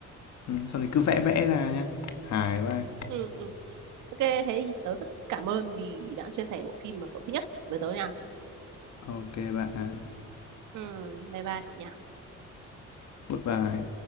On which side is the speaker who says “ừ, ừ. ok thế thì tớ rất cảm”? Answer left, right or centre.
Right